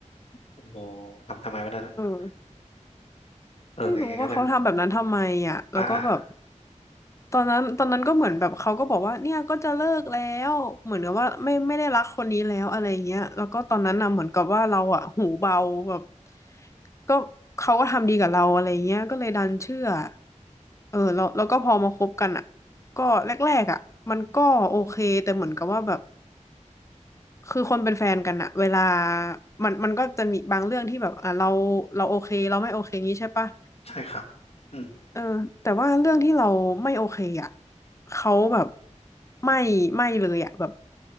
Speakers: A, on the left (about 50°); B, on the left (about 25°).
A: โอ้โหทำทำไมวันนั้นอะ
B: เออ
A: เออไงอย่างนั้นอะ
B: ไม่รู้ว่าเขาทำแบบนั้นทำไมอ่ะแล้วก็แบบ
A: อ่าอ่า
B: ตอนนั้นตอนนั้นก็เหมือนแบบเขาก็บอกว่าเนี่ยก็จะเลิกแล้วเหมือนกับว่าไม่ไม่ได้รักคนนี้แล้วอะไรเงี้ยแล้วก็ตอนนั้นน่ะเหมือนกับว่าเราอ่ะหูเบาแบบก็เขาก็ทำดีกับเราอะไรเงี้ยก็เลยดันเชื่อเออแล้วแล้วก็พอมาคบกันอ่ะก็แรกๆอ่ะมันก็โอเคแต่เหมือนกับว่าแบบคือคนเป็นแฟนกันอะเวลามันมันก็จะมีบางเรื่องที่แบบอ่ะเราเราโอเคเราไม่โอเคงี้ใช่ปะ
A: ใช่ครับอืม
B: เออแต่ว่าเรื่องที่เราไม่โอเคอ่ะเขาแบบไม่ไม่เลยอ่ะแบบ